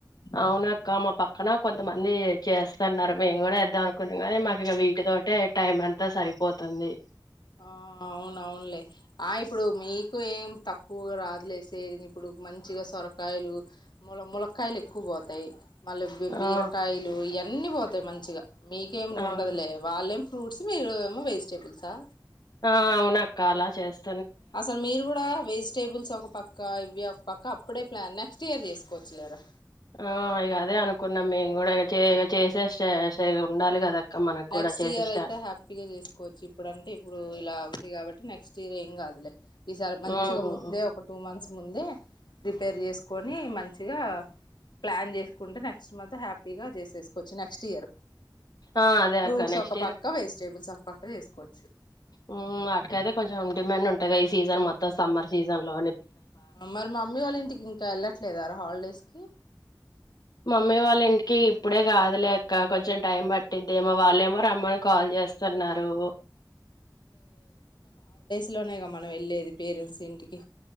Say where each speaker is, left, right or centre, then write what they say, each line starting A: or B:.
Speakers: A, on the left; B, on the left.
A: అవున అక్క మా పక్కన కొంతమంది చేస్తన్నారు మేము కూడా చేద్దాం అనుకున్నాం ని మాకు ఇక వీటి తోటె టైం అంతా సరిపోతుంది
B: ఆ అవునవునులే ఆ ఇప్పుడు మీకు ఏం తక్కువ రాదులే సేల్ ఇప్పుడు మంచిగా సొరకాయలు ముల ములక్కయలు ఎక్కు క్కువ పోతాయి మళ్ళీ బీ
A: ఆ
B: బీరకాయలు ఇయన్నీ పోతా తే మంచిగా మీకేమి
A: ఆ
B: ఉండదులే వాల్లేం ఫ్రూట్స్ మీరు ఏమో వెజిటేబుల్సా
A: ఆ అవున అక్క అలా చేస్తా
B: అసలు మీరు గూడా వెజిటేబుల్స్ ఒక పక్క ఇవి ఒక పక్క అప్పుడే ప్లాన్ నెక్స్ట్ ఇయర్ చేసుకోచ్చులేరా
A: ఆ ఇగ అదే అనుకున్నాం మేము కూడా ఇక ఇ చే చేసే ఉండాలి కదా అక్క మనకు
B: నెక్స్ట్
A: కూడా చేసే
B: ఇయర్
A: స్టా
B: అయితే హ్యాపీగా చేసుకోవచ్చు ఇప్పుడుంటే ఇప్పుడు ఇలా ఉంది కాబట్టి నెక్స్ట్ ఇయర్ ఏం కాదులే ఈసారి మంచిగా
A: మ్మ్
B: ముందే ఒక టూ మంత్స్ ముందే రిపేర్ చేసుకొని మంచిగా ప్లాన్ చేసుకుంటే నెక్స్ట్ మంత్ హ్యాపీగా చేసేసుకోవచ్చు నెక్స్ట్ ఇయర్
A: ఆ అదే
B: ఫ్రూట్స్
A: అక్క నెక్స్ట్
B: ఒక పక్క వెజిటేబుల్స్ ఒక పక్క వేసుకోవచ్చు
A: ఉం వాటికైతే కొంచెం డిమాండ్ ఉంటా క ఈ సీజన్ మొత్తం సమ్మర్ సీజన్ లో
B: మరి మా మమ్మీ వాళ్ళ ఇంటికి ఇంకా వెళ్ళట్లేదార హాలిడేస్ కి
A: మమ్మీ వాళ్ళ ఇంటికి ఇప్పుడే కాదులేక్క కొంచెం టైం పట్టిద్దేమో వాళ్ళేమో రమ్మని కాల్ చేస్తున్నారు
B: ఇలానేగా మనం వెళ్ళేది పేరెంట్స్ ఇంటికి